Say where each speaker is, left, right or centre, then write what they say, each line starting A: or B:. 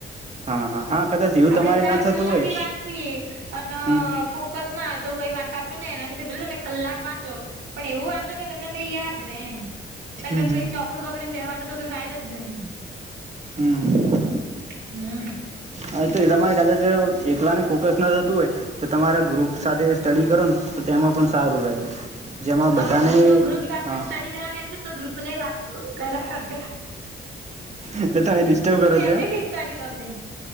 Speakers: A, on the right; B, on the right.
A: હા હા હા કદાચ એવું
B: આપડે
A: તમારે
B: ચાર
A: ના થતું
B: કલાક
A: હોય
B: ભી વાંચીએ અને
A: હમ
B: ફોકસ ના હોય તો કઈ વાકામ ન નને ભ તમે કલાક વાંચો પણ એવું વાંચ કે તમને કઈ યાદ રે એમ. તર
A: હમ
B: કઈ
A: હમ
B: ચોપડું બગડીનેવાનું તો કે ફાયદ જ નહી.
A: હમ્મ તો.
B: હમ્મ.
A: હા તો એ તમારે કદાચ એકલાને ફોકસ ના થતું હોય તો તમારા ગ્રુપ સાથે સ્ટડી કરો ને તો તેમાં પણ સારું રહે. જેમાં
B: હા
A: બધાને
B: પણ હું તો ગ્રુપ સાથે
A: હા
B: સ્ટડી કરાવ્યા છ ને તો ગ્રુપ ને વાત કર <inaudible>
A: એટલે તમે ડિસ્ટર્બ કરો
B: એમની
A: છોમ
B: બી સ્ટડી બગડે